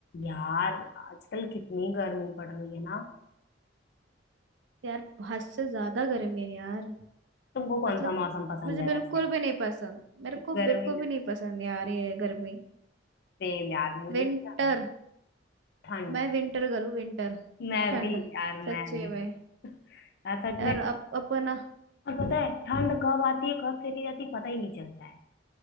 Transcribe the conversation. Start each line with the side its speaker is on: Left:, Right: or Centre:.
Left: यार आजकल कितनी गर्मी पड़ रही है ना
Right: यार हद से ज्यादा गर्मी है यार
Left: तुमको कौन
Right: मतलब
Left: सा मौसम पसंद
Right: मुझे
Left: है
Right: बिल्कुल
Left: वैसे
Right: भी नहीं पसंद मेरे को
Left: गर्मी
Right: बिल्कुल
Left: ना
Right: भी नहीं पसंद यार ये गर्मी
Left: सेम यार मुझे
Right: विंटर
Left: ना ठंड
Right: मैं विंटर गर्ल हूँ विंटर
Left: मैं
Right: ठंड
Left: भी यार
Right: सच्चे
Left: मैं भी
Right: में
Left: यार सच
Right: यार
Left: में
Right: अब अपन
Left: और पता है ठंड कब आती है कब चली जाती है पता ही नहीं चलता है